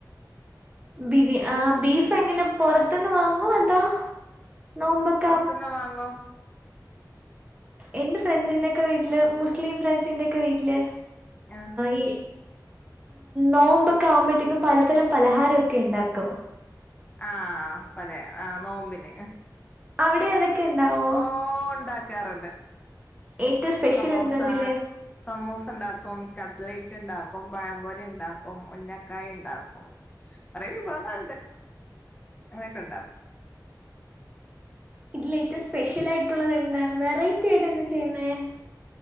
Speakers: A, on the right; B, on the left.
A: ബിരി ആഹ്
B: സുഖായിട്ടാ.
A: ബീഫ് എങ്ങനെ പുറത്ത്ന്ന് വാങ്ങോ അതാ നോമ്പക്കെ
B: പൊറത്ത്ന്ന് വാങ്ങും
A: എന്റെ ഫ്രണ്ട്സിന്റെഒക്കെ വീട്ടില് മുസ്ലിം ഫ്രണ്ട്സിൻ്റെ ഒക്ക വീട്ടില്
B: ആഹ്
A: ഈ നോമ്പൊക്കെ ആവുമ്പോഴേക്കും പലതരം പലഹാരംഒക്കെ ണ്ടാക്കും
B: ആഹ് പലേ ആ നോമ്പിന്
A: അവിടെ അതൊക്കെ ഉണ്ടാവോ
B: ഓ ണ്ടാക്കാറുണ്ട്
A: ഏറ്റവും സ്പെഷ്യൽ
B: സമൂസ
A: എന്താ ഇതില്
B: സമൂസ ണ്ടാക്കും കട്ടലറ്റ് ണ്ടാക്കും പഴംപൊരി ണ്ടാക്കും ഉഞ്ഞക്കായ ണ്ടാക്കും കുറെേ വിഭവങ്ങൾണ്ട് അങ്ങനെക്കെ ഉണ്ടാക്കും
A: ഇതില ഏറ്റവും സ്പെഷ്യല് ആയിട്ടുള്ളത് എന്താണ് വെറൈറ്റി ആയിട്ട് എന്താ ചെയ്യുന്നത്